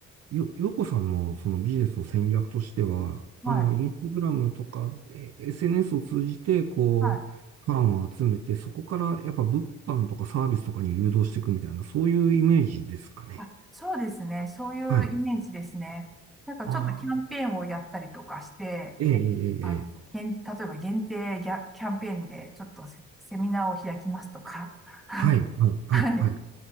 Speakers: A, on the right (about 55°); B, in the centre.
A: よ、ようこさんのそのビジネスの戦略としては、
B: はい。
A: あの、インスタグラムとか、え SNS を通じて、こう、
B: はい。
A: ファンを集めて、そこからやっぱ物販とかサービスとかに誘導していくみたいな、そういうイメージですかね。
B: あ、そうですね。そういうイメージですね。
A: はい。
B: なんかちょっとキャンペーンをやったりとかして、
A: ああ、ええ、ええ、
B: あの、
A: ええ。
B: 限例えば限定ギャキャンペーンでちょっとセ、セミナーを開きますとか、<laughs> あの、
A: はい、はい、はい、
B: はい。
A: はい、